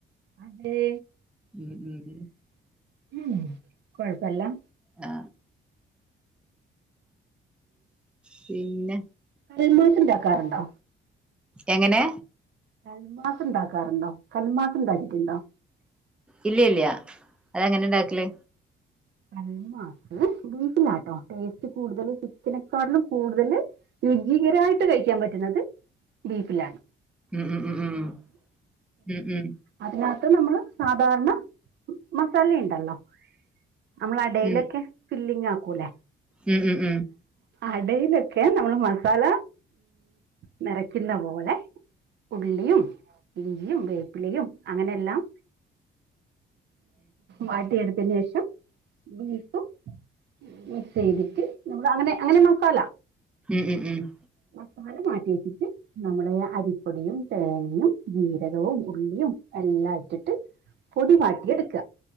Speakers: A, on the right; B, in the centre.
A: അതെ
B: ്്
A: ഉം കൊഴപ്പല്ല.
B: ആ പിന്നെ.
A: <unintelligible> കര മാസം ഉണ്ടാക്കാറുണ്ടോ?
B: എങ്ങനെ?
A: കൽമാസ് ണ്ടാക്കാറുണ്ടോ? കൽമാസ ഉണ്ടാക്കീറ്റ്ണ്ടോ?
B: ഇല്ല ഇല്ല്യ അതെങ്ങനെ ണ്ടാക്കല്.
A: കൽമാസ് ബീഫിലാട്ടോ ടേസ്റ്റ് കൂടുതല് ചിക്കനെക്കാട്ടിലും കൂടുതല്. രുചികരായിട്ട് കഴിക്കാം പറ്റുന്നത് ബീഫിലാണ്.
B: ഉം ഉം ഉം ഉം ഉം
A: അതിനകത്ത് നമ്മള് സാധാരണ മസാലെണ്ടല്ലോ. നമ്മള അടയിലൊക്കെ
B: ഉം
A: ഫില്ലിങ് ആക്കൂല്ലേ
B: ഉം ഉം ഉം ഉം ഉം ഉം ഉം ഉം ഉം ഉം ഉം ഉം ഉം ഉം
A: അടയിലൊക്കെ നമ്മൾ മസാല നിറയ്ക്കുന്ന പോലെ ഉള്ളിയും ഇഞ്ചിയും വേപ്പിലയും അങ്ങനെയെല്ലാം വാട്ടി എടുത്തൻ ശേഷം ബീഫും മിക്സ് ചെയ്തിട്ട് നമ്മ അങ്ങനെ അങ്ങനെ മസാല
B: ഉം
A: മസാല മാറ്റ ആക്കിട്ട് നമ്മളെ അരിപ്പൊടിയും തേനയും ജീരകവും ഉള്ളിയും എല്ലാം ഇട്ടിട്ട് പൊടി വാട്ടി എടുക്ക